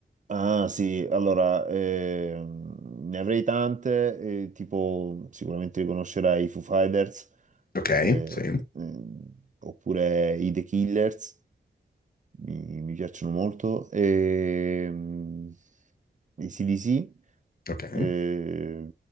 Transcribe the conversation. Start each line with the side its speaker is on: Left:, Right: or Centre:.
Right: Ah sì, allora, ehm, ne avrei tante, eh, tipo sicuramente riconoscerai i Foo Fighters,
Left: Ok,
Right: eh,
Left: sì,
Right: ehm, oppure i The Killers. mi, mi piacciono molto. E, mm, i CDC,
Left: ok.
Right: eh,